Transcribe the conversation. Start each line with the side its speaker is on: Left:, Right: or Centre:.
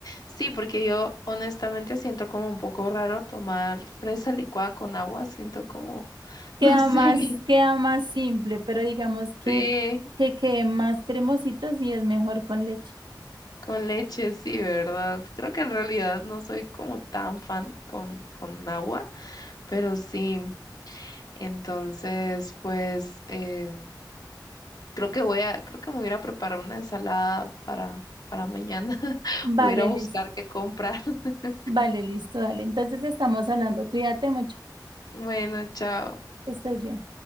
Left: Sí, porque yo honestamente siento como un poco raro tomar fresa licuada con agua, siento como, <laughs>
Right: Queda
Left: no sé,
Right: más, queda más simple, pero digamos que,
Left: sí,
Right: que quede más cremosito si es mejor con leche.
Left: con leche, sí, ¿verdad? Creo que en realidad no soy como tan fan con, con agua, pero sí. Entonces, pues eh, creo que voy a, creo que me voy a ir a preparar una ensalada para, para mañana. <laughs>
Right: Vale,
Left: Voy a ir a buscar
Right: listo.
Left: qué comprar. <laughs>
Right: Vale, listo, dale. Entonces estamos hablando. Cuídate mucho,
Left: Bueno, chao.
Right: que estés bien.